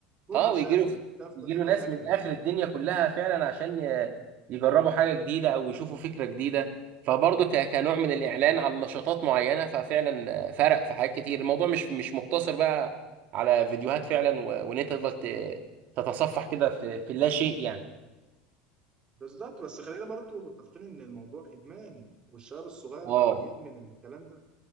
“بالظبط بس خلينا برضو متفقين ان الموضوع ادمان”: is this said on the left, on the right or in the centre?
Right